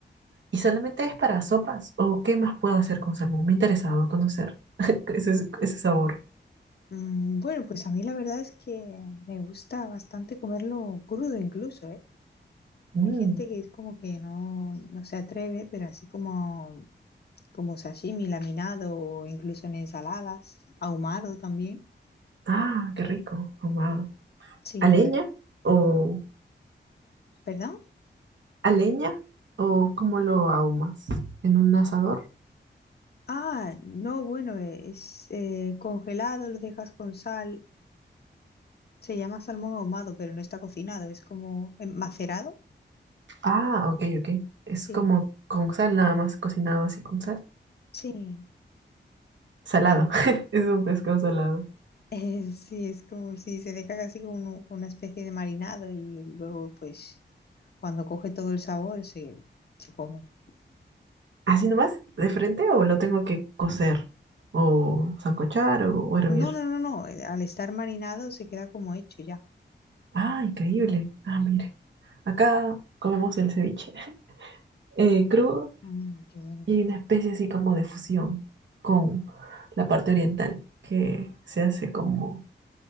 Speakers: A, on the right; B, on the left.
A: y solamente es para sopas? ¿O qué más puedo hacer con salmón? Me ha interesado conocer <laughs> ese, ese sabor.
B: Mm, Bueno, pues a mí la verdad es que me gusta bastante comerlo crudo incluso, ¿eh?
A: Mm.
B: Hay gente que es como que no, no se atreve, pero así como, como sashimi laminado o incluso en ensaladas, ahumado también.
A: Ah, qué rico, ahumado.
B: Sí,
A: ¿A leña?
B: la verdad.
A: ¿O
B: ¿Perdón?
A: ¿A leña? ¿O cómo lo ahumas? ¿En un asador?
B: Ah, no, bueno, es eh, congelado, lo dejas con sal. Se llama salmón ahumado, pero no está cocinado, es como eh, macerado.
A: Ah, ok, ok. Es
B: Sí,
A: como con sal nada más, cocinado así con sal.
B: sí.
A: Salado. <laughs> Es un pescado salado.
B: <laughs> Eh, sí, es como si se deja casi como uno- con una especie de marinado y luego pues cuando coge todo el sabor se, se come.
A: ¿Así nomás? ¿De frente o lo tengo que cocer? ¿O sancochar o, o hervir?
B: No, no, no, no, eh, al estar marinado se queda como hecho ya.
A: Ah, increíble. Ah, mire. Acá comemos el ceviche <laughs> eh, crudo
B: Mm, qué bueno,
A: y hay una especie así como de fusión con la parte oriental que se hace como